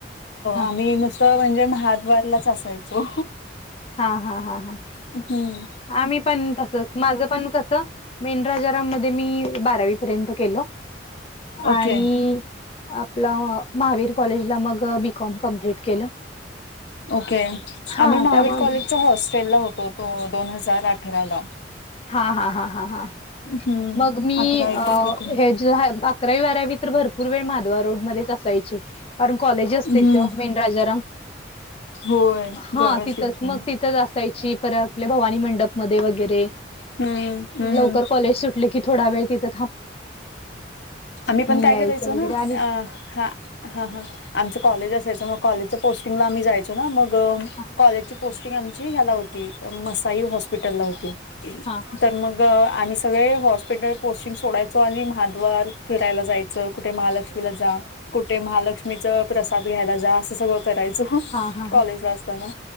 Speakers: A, on the left (about 30°); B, on the left (about 65°).
A: हा
B: आम्ही नुसतं म्हणजे महाद्वारलाच असयचो
A: हा हा हा हा
B: हम
A: आम्ही पण तस माझ पण कसं मेन राजारामध्ये मी बारावी पर्यंत केलं
B: ओके
A: आणि आपलं महावीर कॉलेजला मग बीकॉम कम्प्लीट केलं
B: ओके
A: हा
B: आम्ही महावीर
A: त्यामुळे
B: कॉलेजच्या हॉस्टेल ला होतो तो दोन हजार अठरा ला
A: हा हा ह ह ह
B: हम्म
A: मग मी
B: अठरा एको एकोणीस
A: हेड अकरावी बारावी तर भरपूर वेळ माधवा रोड मध्येच असायचे कारण कॉलेज असतेथे
B: हम्म
A: राजाराम
B: होय
A: हा
B: जवळच
A: तिथच
B: की तिथून
A: मग तिथच असाची ची परत आपल्या भवानी मंडप मध्ये वगैरे
B: हम्म हम्म
A: लवकर कॉलेज सुटले की थोडा वेळ तिथ
B: आम्ही पण काय
A: यायचं
B: करायचो
A: वगैरे
B: ना
A: आणि
B: अ हा हा हा आमच कॉलेज असायचं मग कॉलेजच्या पोस्टिंगला आम्ही जायचो ना मग
A: हा
B: कॉलेजची पोस्टिंग आमची ह्याला होती मसाई हॉस्पिटल ला होती
A: हा
B: तर मग आम्ही सगळे हॉस्पिटल कोस्टिंग सोडायच ो आणि महाद्वार फिरायला जायचं कुठे महालक्ष्मीला जा कुठे महालक्ष्मीच प्रसाद घ्यायला जा असं सगळं करायचं
A: हा हा हा
B: कॉलेजला असताना